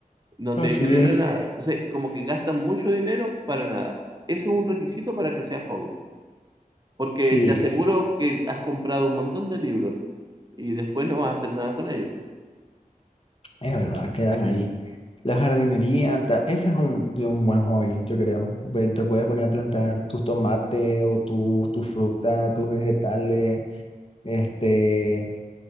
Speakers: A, on the right; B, on the left.
A: no
B: <laughs> Así
A: te genera
B: es.
A: nada. Entonces, como que gastan mucho dinero para nada. Eso es un requisito para que sea hobby porque
B: Sí,
A: te aseguro que has comprado un montón de libros y después no vas a hacer nada con ellos.
B: es verdad, quedan ahí. La jardinería, ta- ese es un, de un buen hobby, yo creo. pues Te puedes poner a plantar tus tomates o tus tu fruta, tus vegetales, este,